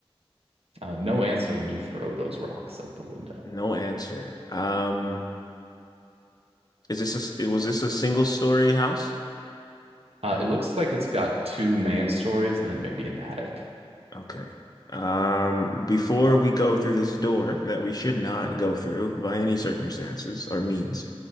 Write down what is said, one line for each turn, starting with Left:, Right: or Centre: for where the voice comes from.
Right: Uh, no answer when you throw those rocks at the window.
Left: No answer. Um. Is this a, s- was this a single story house?
Right: Uh, it looks like it's got two main stories and then maybe an attic.
Left: Okay. Um, before we go through this door that we should not go through by any circumstances or means,